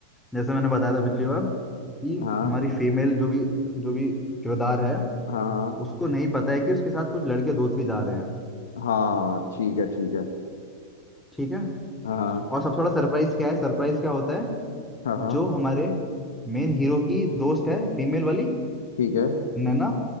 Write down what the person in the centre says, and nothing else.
जैसे मैंने बताया था पिछली बार कि
हमारी फीमेल जो भी जो भी किरदार है
उसको नहीं पता है कि उसके साथ कुछ लड़के दोस्त भी जा रहे हैं
ठीक है
और सबसे बड़ा सरप्राइज क्या है सरप्राइज क्या होता है
जो हमारे मेन हीरो की दोस्त है फीमेल वाली
नैना